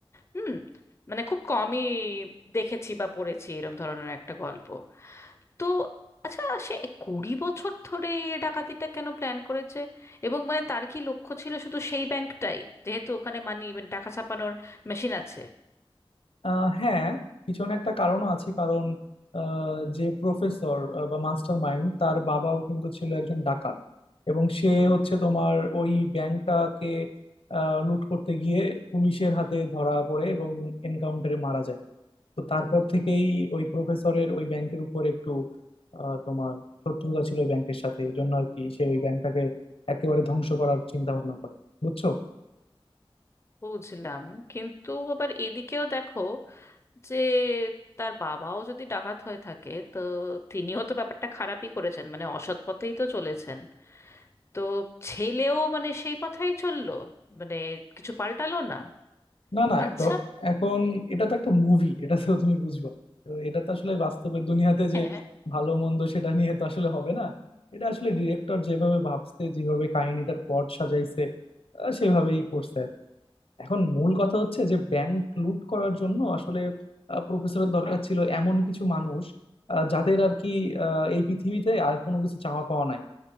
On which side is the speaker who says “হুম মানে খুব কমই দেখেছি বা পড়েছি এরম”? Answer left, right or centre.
Left